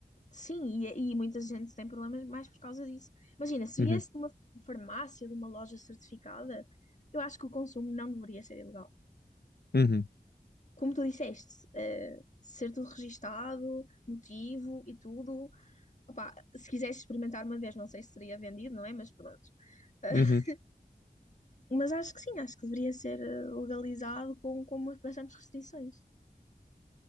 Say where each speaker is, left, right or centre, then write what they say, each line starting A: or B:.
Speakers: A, on the left; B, on the left.
A: Sim, e, e muita gente tem problemas mais por causa disso. Imagina, se
B: Uhum.
A: viesse de uma farmácia, de uma loja certificada, eu acho que o consumo não deveria ser ilegal.
B: Uhum.
A: como tu disseste, eh, ser tudo registado, motivo e tudo. Opá, se quisesse experimentar uma vez, não sei se seria vendido, não é? Mas pronto. Uh,
B: Uhum.
A: Mas acho que sim, acho que deveria ser eh, legalizado com, com umas bastantes restrições.